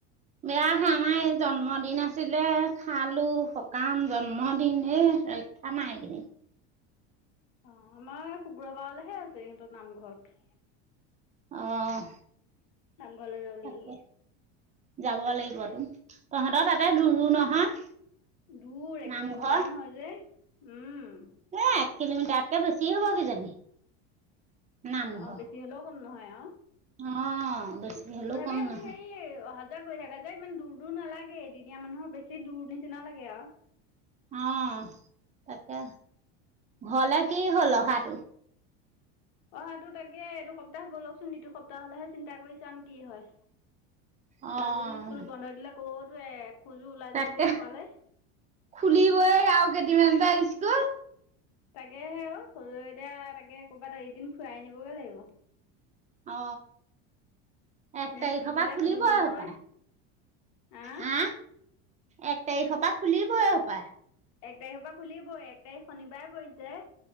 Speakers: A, on the right; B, on the left.
A: বেয়া আহে আমাৰ এই জন্মদিন আছিলে খালো সকাম জন্মদিন এই ৰা খানা এইখিনি
B: অ আমাৰ শুক্ৰবাৰলৈহে আছে সিহতৰ নামঘৰত
A: অহ
B: নামঘৰলৈ যাব
A: তাকে
B: লাগিব
A: যাব লাগিবতো তহঁতৰ তাতে দূৰো নহয়
B: দূৰ এক
A: নামঘৰ
B: কিলোমিটাৰ মান হয় যে উম
A: এ এক কিলোমিটাৰটকে বেছি হব কিজানি নামঘৰ
B: অ বেছি হলেও কম নহয় আৰু
A: অ' বেছি হ'লেও
B: তথাপি
A: কম
B: আমি
A: নহয়
B: সেই অহা যোৱা গৈ থাকে যে ইমান দূৰ দূৰ নালাগেদিনীয়া মানুহৰ বেছি দূৰ নিচিনা লাগে আৰু
A: অ তাকে ঘৰলে কি হ'ল অহাটো
B: অহাটো তাকে এইটো সপ্তাহ গৈ'লকচোন ইটো সপ্তাহ হলেহে চিন্তা কৰি চাম কি হয়
A: অ'
B: ছোৱালীজনী স্কুল বন্ধ দিলে কতো এ খোজো ওলাই
A: তাকে
B: যাবলৈও নাপালে
A: খুলিবই আৰু কেইদিনমানটে স্কুল
B: তাকেহে অ সৰু এতিয়া তাকে ক'ৰবাত এদিন ফুৰাই আনিবগে লাগিব
A: অ এক
B: নে
A: তাৰিখৰ
B: স্কুল খুলিলে
A: পৰা খুলিব‌ই
B: সুধিব নহয়
A: সপায়
B: আহ
A: হা এক তাৰিখৰ পৰা খুলিবই সপায়
B: এক তাৰিখৰ পৰা খুলিবই এক তাৰিখ শনিবাৰ পৰিছে